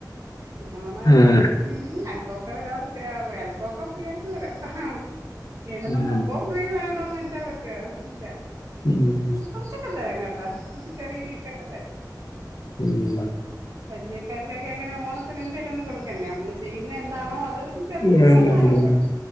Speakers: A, on the right (about 50°); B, on the left (about 55°).
A: പിന്നെ ഓണം അല്ലേ
B: ഉം,
A: ഉം അൽപ്പവൊക്കെ വെല കൊർച്ച് ഏഹ്. അൽപ്പവൊക്കെ ഫ്രീ ആയിട്ട് തെരാം ഇടെണ
B: ഉം,
A: മൊത്തവും ഫ്രീ തരണോന്ന് വെച്ചാ പറ്റോ ഇല്ല
B: ഉം,
A: കൊറച്ചൊക്കെ തെരാം കേട്ടോ ഒരു ചെറിയ കിറ്റൊക്കെ
B: ഉം,
A: പരിചെയക്കാർക്കൊക്കെ അങ്ങെനെ ഓണത്തിന് എന്തെലും ഒന്ന് കൊട്ക്കെണ്ടെ അമ്മെൾ ചെയ്യ്ന്നെ എന്താണോ അത് ഒര് ചെറിയ
B: ഉം.
A: സമ്മാനം പോലെ